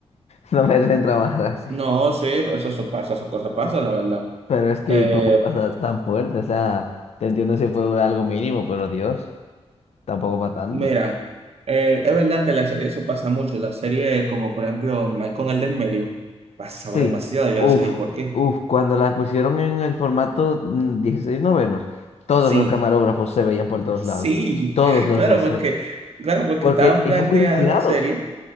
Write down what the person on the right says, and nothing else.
No, sí, eso, eso pasa, esas cosas pasan, la verdad.
Eh,
mira, eh, es verdad que en la serie eso pasa mucho. En la serie, como por ejemplo, Mike con el del medio, pasaba
demasiado, yo
no sé ni por qué.
Sí,
sí,
<laughs>
claro,
porque, claro, porque
estaban
planeadas
la serie.